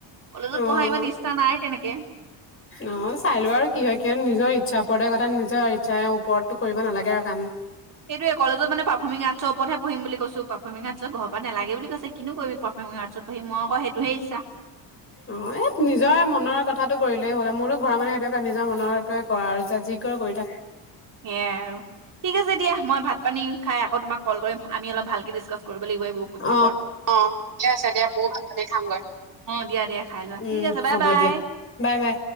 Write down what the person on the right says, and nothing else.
কলেজত
পঢ়া ইমান ইচ্ছা নাই তেনেকে।
সেইটোৱে কলেজত মানে পাৰফৰ্মিংৰ্টৰ ওপৰতে পঢ়িম কৈছো পাৰফৰ্মিং আৰ্টছ ঘৰ পৰা নালাগে বুলি কিনো কৰিব পাৰফমিং আৰ্ট পঢি মইঅকৌ সেইটো হে ইটচা।
সেয়াই আৰু ঠিক আছে দিয়া মই ভাত পানী খাই আকৌ তোমাক কল কৰিম আমি অলপ ভালকে ডিচকাছ কৰিম। কৰিব লাগিব এইবোৰ
ওপৰত অ ' ঠিকে আছে দিয়া ময়ো ভাত পানী খাওঁ গৈ অ' দিয়া দিয়া খাই লোৱা
ঠিক আছে বাই
বাই।